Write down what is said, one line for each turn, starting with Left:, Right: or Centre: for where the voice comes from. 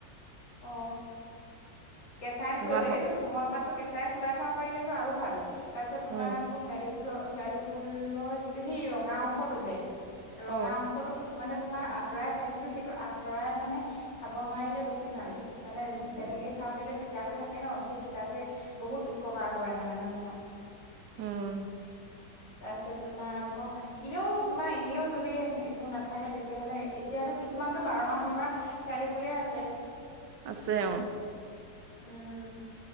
Left: অ কেঁচাই
Right: তাৰপা
Left: চ
Right: হ-
Left: এইটো কোমল পাতটো কেঁচাই চোবাই খাব পাৰিলে। আৰু ভাল তাৰপিছত তোমাৰ
Right: অ
Left: আকৌ শেৱালি ফুলটো। শেৱালি ফুলৰ যিটো সেই ৰঙা অংশটো যে ৰঙা
Right: অ
Left: অংশতো কিছু। মানে তোমাৰ আঁতৰাই খায় কিন্তু সেইটো আঁতৰাই মানে খাব নোৱাৰিলে বেছি। বেছি ভাল মানে তেনেকে খাব পাৰিলে তিতা থাকে ন সেই তিতাতোৱে বহুত উপকাৰ। কৰে মানে মানুহৰ।
Right: উম।
Left: তাৰপিছত তোমাৰ আকৌ এনেও তোমাৰ এনেও যদি একো নাথাকে তেতিয়াহলে এতিয়া। ইয়াতো কিছুমানতো বাৰ মাহ লগা শেৱালি ফুলেই আছে।
Right: আছে অ।
Left: উম।